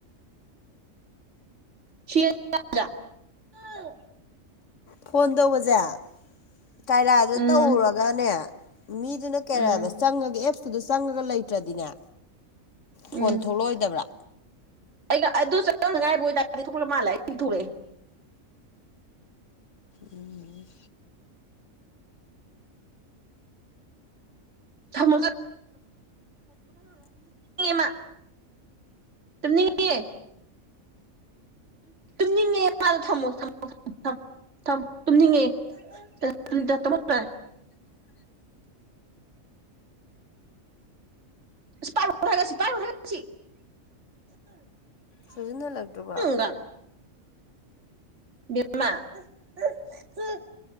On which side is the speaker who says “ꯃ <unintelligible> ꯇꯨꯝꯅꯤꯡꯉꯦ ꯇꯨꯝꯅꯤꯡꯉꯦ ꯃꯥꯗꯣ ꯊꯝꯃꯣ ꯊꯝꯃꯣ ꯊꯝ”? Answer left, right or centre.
Right